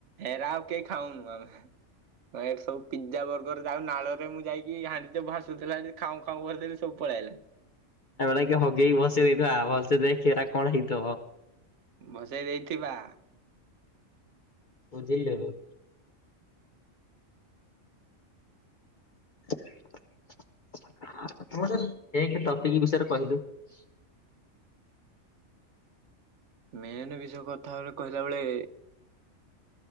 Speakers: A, on the right (about 65°); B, on the left (about 45°).
A: ଏରା ଆଉ କେହି ଖାଉନୁ ଆମେ ସବୁ ପିଜଜା ବର୍ଗର ଯାଉ ନାଳରେ ମୁଁ ଯାଇକି ହାଣ୍ଡି ଭାସୁଥିଲା ଖାଉଁ ଖାଉଁ ଭଦେଲି ସବୁ ପଳେଇଲା।
B: ଆମେ ହଗେଇକି ବସେଇ ଦେଇଥବା ଭଲସେ ଦେଖିରା କଣ ହେଇଥିବ।
A: ବସେଇ ଦେଇଥିବା।
B: ବୁଝିଲୁ। ତମ ଏ ଟପିକ ବିଷୟରେ କହିଲୁ।
A: ମେନ ବି ସବୁ କଥା କହିଲା ବେଳେ।